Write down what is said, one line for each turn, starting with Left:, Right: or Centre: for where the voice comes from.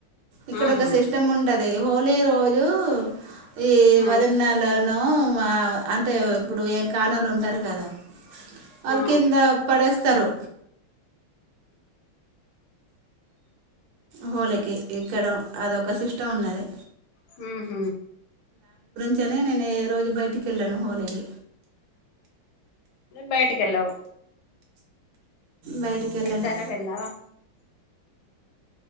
Right: ఇక్కడ
Left: ఆహా
Right: ఒక సిస్టమ్ ఉండదు అదే హోళీ రోజు ఈ
Left: ఆ
Right: వరండాలోనో అంటే ఇప్పుడు ఏం కానోలుు ఉంటారు కదా అల్
Left: ఆ
Right: కింద పడస్తారు తరు హోళకి ఇక్కడం అద ఒక సిస్టమ్ ఉన్నది
Left: హ హ
Right: చ్చనే నేను రోజు బయటికి వెళ్ళాను హోలీకి
Left: బయటకిలా
Right: బయటికి వెళ్ళాను
Left: ఈసారే వెళ్లా